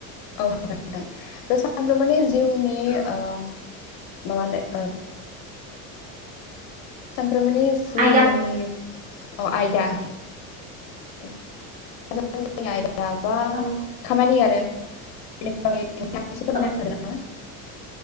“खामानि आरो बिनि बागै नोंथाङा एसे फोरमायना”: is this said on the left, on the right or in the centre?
Left